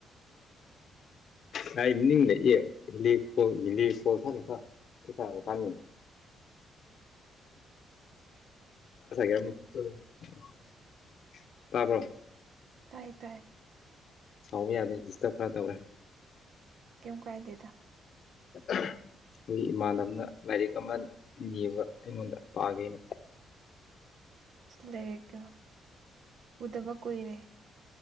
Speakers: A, on the left; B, on the right.
A: ꯀꯥꯏ ꯃꯤ ꯍ ꯀꯣ ꯍꯂꯤ ꯀꯣ ꯊꯀ ꯀꯁꯥ ꯇꯥꯥꯟ ꯊꯣ <unintelligible> ꯇꯥꯕ꯭ꯔꯣ
B: ꯇꯥꯏ ꯇꯥꯏ
A: ꯍꯥꯎꯕ ꯌꯥꯗꯦ ꯗꯤꯁꯇꯔꯕ ꯈꯔ ꯇꯧꯔꯦ
B: ꯀꯃ ꯀꯥꯏꯗꯦꯗ
A: <inaudible> ꯑꯩꯈꯣꯏ ꯏꯃꯥꯟꯅꯕꯅ ꯂꯥꯏꯔꯤꯛ ꯑꯃ ꯅꯤꯕ ꯑꯩꯉꯣꯟꯗ ꯄꯥꯒꯦꯅ
B: ꯂꯩ ꯀ ꯎꯗꯕ ꯀꯣꯏꯔꯦ